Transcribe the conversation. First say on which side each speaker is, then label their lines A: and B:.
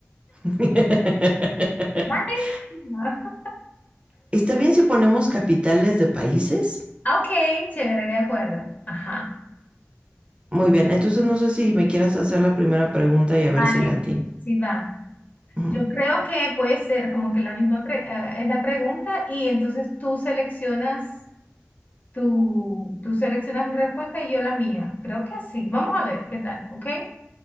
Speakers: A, on the right; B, on the left.
A: <laughs>
B: Vale. <laughs>
A: ¿Está bien si ponemos capitales de países?
B: Ah, ok, chévere, de acuerdo. Ajá,
A: Muy bien, entonces no sé si me quieras hacer la primera pregunta y
B: Vale.
A: a ver si la atino.
B: sí va.
A: Ujú,
B: Yo creo que puede ser como que la misma pre- eh, es la pregunta y entonces tú seleccionas tu, tú seleccionas la respuesta y yo la mía. Creo que así. Vamos a ver qué tal, ¿ok?